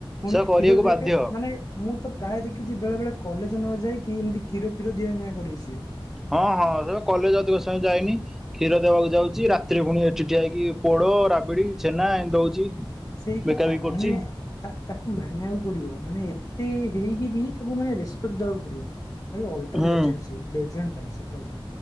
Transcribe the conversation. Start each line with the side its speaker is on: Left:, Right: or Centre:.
Left: ପୁଣି
Centre: ସେ
Left: କ୍ଷୀର
Centre: କରିବାକୁ
Left: ଯାଇକେ
Centre: ବାଧ୍ୟ
Left: ମାନେ ମୁଁ ତ ପ୍ରାୟ ଦେଖିଛି ବେଳେ ବେଳେ କଲେଜ ନ ଯାଇକି ଏମିତି କ୍ଷୀର ଫୀର ଦିଆ ନିିଆ କରେ ସିଏ
Centre: ହଁ ହଁ ସେ ତ କଲେଜ ଅଧିକ ସମୟ ଯାଏନି କ୍ଷୀର ଦେବାକୁ ଯାଉଛି ରାତିରେ ପୁଣି ଏଠି ଠିଆ ହେଇକି ପୋଡ ରାବିଡି ଛେନା ଏମିତି ଦଉଛି
Left: ସେଇ
Centre: ବିକା
Left: କଥା
Centre: ବିକି କରୁଛି
Left: ମାନେ ତା ତାକୁ ମାନିବାକୁ ପଡିବ ମାନେ ଏତେ ହେଇକି ବି ତାକୁ ମାନେ ରେସପେକ୍ଟ ଦବାକୁ ପଡିବ ଭାଇ ଅଲଟ୍ରା
Centre: ହୁଁ
Left: ଲେଜେଣ୍ଟ ସିଏ ଲେଜେଣ୍ଟ ଭାଇ ସତକଥା